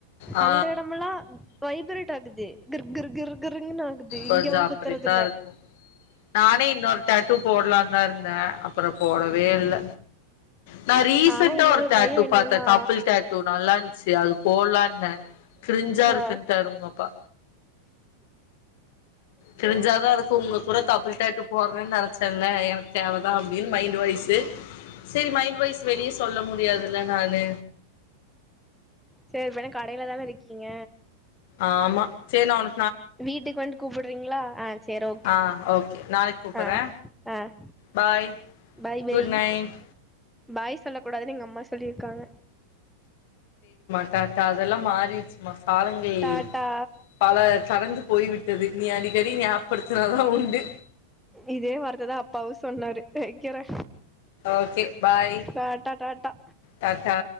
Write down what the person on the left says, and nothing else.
ஆ
கொஞ்சம்
அப்படித்தான்
இருக்கும் நானே இன்னொரு டாட்டு போடலாம் <unintelligible> ன் அப்புறம் போடவே இல்ல நான் ரீசென்ட்டோ
ஒரு டேட்டு
பாத்தேன் கப்பில் டேட்டூ நல்லா சரி அது போலான்னே ஹ கிரிஞ்சா
இருக்குன்னுடாரு உங்கப்பா. கிரிஞ்சாதான் இருக்கு உங்க கூட கப்பில்டாட்டூ போடுறேன்னு நெனைச்சேன்ல எனக்கு தேவைதான் அப்படின்னு மைண்ட் வைசு சரி மைண்ட் வாய்ஸ் வெளியே சொல்ல முடியாதுல நானு
ஆமாம் சரி நான்
ஆ ஓகே நாளைக்கு கூப்புட்றே
bye
good night
த த அதெல்லா மாறிருச்சு மா காலங்கள்
பல தடந்து போய்விட்டது நீ அடிக்கடி ஞாபடுத்தினாதான் உண்டு
okay bye
tata